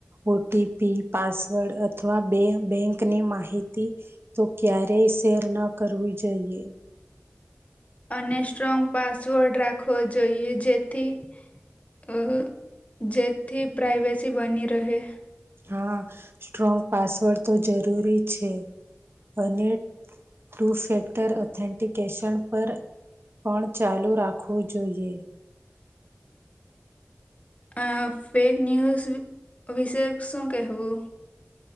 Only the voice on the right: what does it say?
ઓટીપી પાસવર્ડ અથવા બેંકની માહિતી. તો ક્યારેય શેર ના કરવી જોઈએ.
હા સ્ટ્રોંગ પાસવર્ડ તો જરૂરી છે અને ટુ ફેક્ટર ઓથેન્ટિકેશન પણ પણ ચાલુ રાખવું જોઈએ.